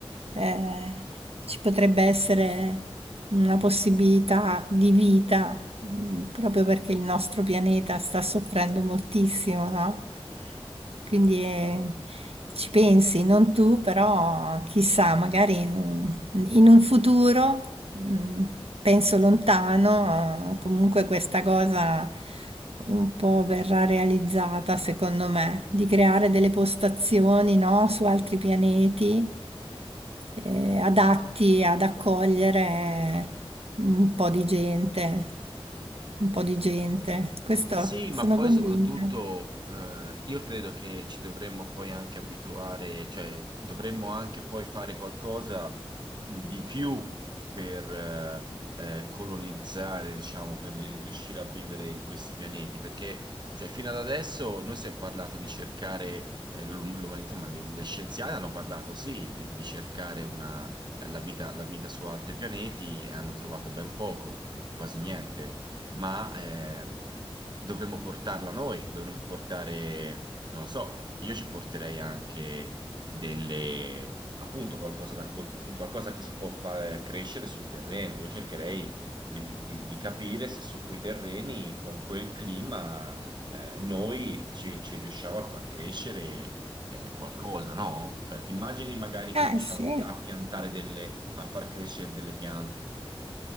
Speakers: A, on the right; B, on the right.
A: eh, ci potrebbe essere una possibilità di vita Mm, proprio perché il nostro pianeta sta soffrendo moltissimo, no? Quindi eh, ci pensi, non tu, però chissà, magari in un in un futuro, mm, penso lontano, eh, comunque questa cosa un po' verrà realizzata, secondo me, di creare delle postazioni, no, su altri pianeti eh, adatti ad accogliere un po' di gente, un po' di gente. Questo
B: Sì,
A: sono
B: ma poi
A: convinta.
B: soprattutto eh, io credo che ci dovremmo poi anche abituare, cioè dovremmo anche poi fare qualcosa di più per eh, eh, colonizzare, diciamo, per riuscire a vivere in questi pianeti, perché cioè, fino ad adesso noi si è parlato di cercare eh, l'um- l'umanità, ma le, le scienziate hanno parlato sì di, di cercare una, eh, la vita, la vita su altri pianeti e hanno trovato ben poco, quasi niente ma eh, dovremmo portarla noi, dovremmo portare, non lo so, io ci porterei anche delle, appunto, qualcosa, da, col- qualcosa che si può far crescere sul terreno. Io cercherei di, di- di capire se su quei terreni, con quel clima, eh, noi ci, ci riusciamo a far crescere. eh, qualcosa, no? Cioè, ti immagini magari che
A: Ah
B: riusciamo
A: sì,
B: a piantare delle, a far crescere delle piante.